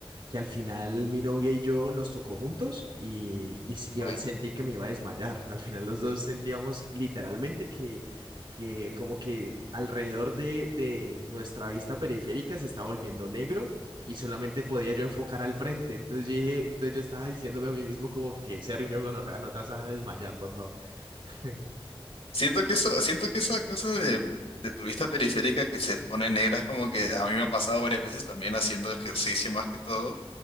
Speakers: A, on the right (about 55°); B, on the left (about 80°).
A: que al final mi novia y yo nos tocó juntos y, y, s- y
B: bueno.
A: hoy sentí que me iba a desmayar. Al final los dos sentíamos literalmente que, que como que alrededor de, de nuestra vista periférica se estaba volviendo negro y solamente podía yo enfocar al frente. Entonces yo dije, entonces yo estaba diciéndome a mí mismo como que Sergio Gonorrea, no te vas a desmayar, por favor. <laughs>
B: Siento que eso, siento que esa cosa de, de tu vista periférica que se pone negra es como que a mí me ha pasado varias veces también haciendo ejercicio más que todo.